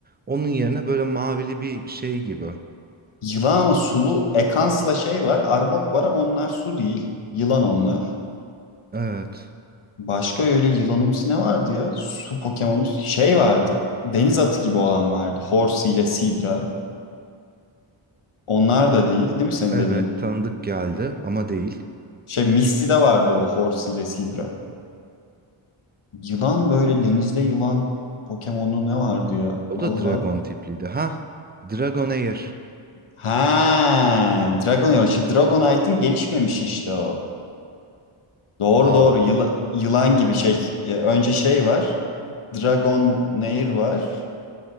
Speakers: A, on the right (about 20°); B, on the left (about 75°).
A: Onun yerine böyle mavili bir şey gibi.
B: Yılan ama sulu Ekans'la şey var. Arbok var ama onlar su değil. Yılan onlar.
A: Evet.
B: Başka öyle yılanımsı ne vardı ya? Su Pokemon'u şey vardı. Deniz atı gibi olan vardı. Horsey ile Sidra. Onlar da değil, değil mi senin
A: Evet
B: dediğin?
A: tanıdık geldi ama değil.
B: Şey Misty'de vardı o Horsey ile Sidra. Yılan böyle denizde yılan Pokemon'u ne vardı ya?
A: O
B: Valla.
A: da dragon tipliydi. Ha? Dragon Air.
B: Ha, Dragonair. İşte Dragonite'in gelişmemişi işte o. Doğru
A: Aa.
B: doğru Yıla- yılan gibi şey. E, önce şey var. dragonair var.